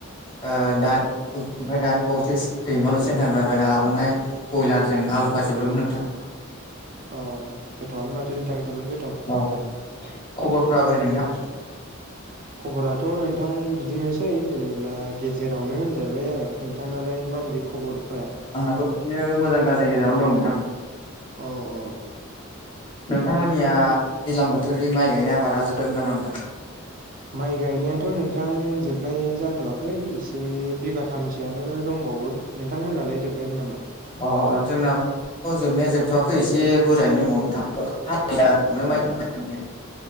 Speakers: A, on the left; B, on the right.
A: ओ दा ओमफ्राय दानि बावैसो दैमालु सेन्टारनिफ्राय बायना लाबोनाय बयलारजों आलु भाजि एवदोंमोन नोंथां।
B: अ गोथावआनो माथो नोंथां जोबोद गोथाव।
A: औ खबरफ्रा बोरै नोंथां?
B: खबराथ' नोंथां बिदिनोसै जेनेब्ला गेजेरावनो होनजाबाय आरो। नोंथांनालाय माबायदि खबरफोरा?
A: आंनाबो बिदिनो मोजां गाज्रि गेजेरावनो दं नोंथां।
B: औ। औ
A: नोंथांमोननिया दैज्लां बोथोरनि माइ गायनाय आबादा जोबबायमोन नामा नोंथां?
B: माइ गायनायाथ' नोंथां जोबनाय जाथ'वाखै एसे बिगाथामसोयानो दंबावो। नोंथांमोननालाय जोबबायमोन नामा?
A: अ अ जोंनाबो जोबनाया जोबथ'वाखै एसे बुरजायैनो दंबावो नोंथां। अखा हायैनि जाहोनावनो
B: अ
A: माइखौनो गायनो हायाखै